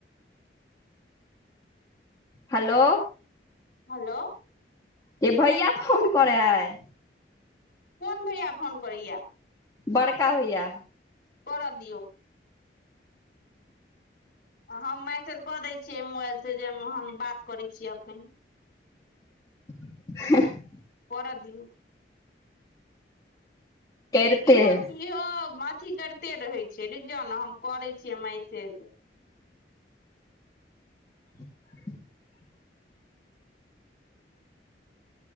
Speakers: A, on the left (about 20°); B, on the left (about 50°).
A: हेलो
B: हेलो
A: के भैया फोन करे है
B: कोन भैया फोन करैया
A: बड़का होइया
B: कर दियौ हम मैसेज कऽ दै छियै मोबाइल से जे हम बात करैत छीयै एखन <unintelligible>
A: <inaudible>
B: पर दिऔ
A: करिते
B: इहो
A: है
B: इहो अथी करते रहे छै क जाउ ने हम करे छियै मैसेज
A: <inaudible>